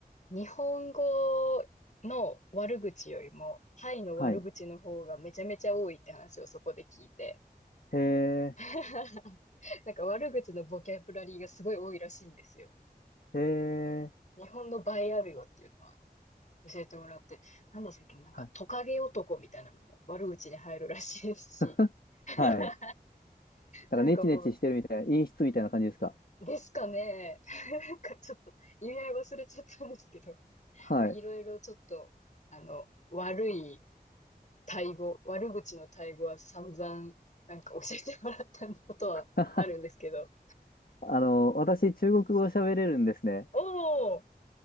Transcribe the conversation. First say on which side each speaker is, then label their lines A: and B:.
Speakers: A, on the left; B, on the left.
A: 日本語の悪口よりも、タイの悪口の方がめちゃめちゃ多いって話をそこで聞いて、
B: はい。へえ、
A: <laughs> なんか悪口のボキャブラリーがすごい多いらしいんですよ。
B: へえ、
A: 日本の倍あるよっていうのは。教えてもらって、なんだっけ、なんかトカゲ男みたいなのも悪口に入るらしいし、
B: はい。<laughs>
A: <laughs>
B: はい。だからネチネチしてるみたいな、
A: なんかもう、
B: 陰湿みたいな感じですか。
A: ですかね、<laughs> なんかちょっと意味合い忘れちゃったんですけど、
B: はい。
A: いろいろちょっと、あの、悪い対語、悪口の対語は散々、なんか教えてもらったことはあるんですけど、
B: <laughs> あの、私、中国語を喋れるんですね。
A: おー、